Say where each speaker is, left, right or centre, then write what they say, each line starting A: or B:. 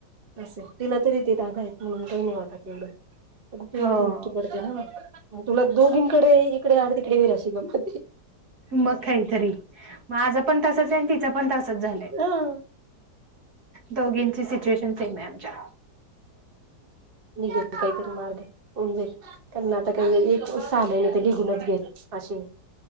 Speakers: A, on the right (about 35°); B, on the right (about 60°).
A: असं तिला तरी ते दादा आहेत म्हणून काही नाही वाटा तेवढं. पण तू
B: हो
A: इथ इकी पडते ना तुला दोघींकडे. इकडे आड तिकडे व रस ग
B: मग काहीतरी मग आझ पण तासच आहे आणि तिचा पण तासच झालाय.
A: हा
B: दोघींची सिच्युएशन सेम आहे आमच्या.
A: नि गेली काही तरी मारलेन. कारण आता काही एक सहा महिने ते निघूनच घेल असे.